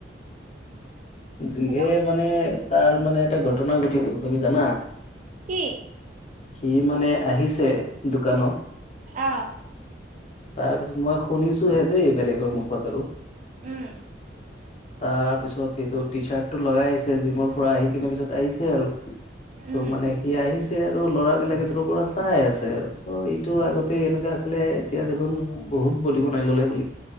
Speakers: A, on the left; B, on the right.
A: যিহে
B: হেল্ল'
A: মানে তাৰ মানে এটা ঘটনা ঘটি গ'ল তুমি জানা
B: কি
A: সি মানে আহিছে দোকানত
B: অ
A: তাৰপিছত মই শুনিছোহে দেই বেলেগৰ মুখত আৰু
B: উম
A: তাৰ পিছত সেইটো টি চাৰ্ট টো লগাই আহিছে জিমৰ পৰা আহি কিনে পিছত ত আহিছে আৰু ত'
B: উম
A: মানে সি আহিছে আৰু ল'ৰা বিলাকে দূৰ পৰা চাই আছে আৰু অ ইটো আগতে এনেকুৱা আছিলে এতিয়া দেখোন বহুত বডি বনাই ললে বুলি